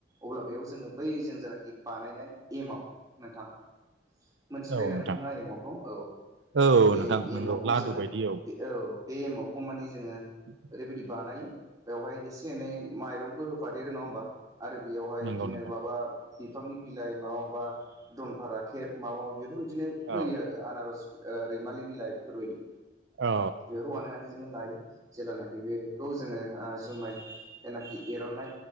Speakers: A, on the right; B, on the right.
A: अब्ला बेयाव जोङो बै जों जेनाखि बानायनाय एमाव नोंथां
B: <inaudible>
A: मोनथिखायोना
B: नोंथां
A: नोंथाङा एम आव खौ औ
B: औ
A: बे
B: नोंथां नंगौ
A: एम आव खौ
B: लादु
A: जोङो
B: बायदि
A: बे औ बे एमावखौ माने जोङो
B: <inaudible>
A: ओरैबायदि बानायो बेवहाय एसे एनै माइरं बबो होफादेरो नङा होमबा आरो बेयावहाय
B: नंगौ
A: बिदिनो
B: नोंथां
A: माबा बिफांनि बिलाइ माबा माबा दनफारा खेब माबा माबा बेफोरबायदिनो होयो
B: औ
A: आरो आनारस ओ रैमालि बिलाइफोरबायदि
B: औ
A: बेखौ बानायनानै लायो जेल्लानाखि बेखौ जोङो ओ जुमाय जेनाखि एरननाय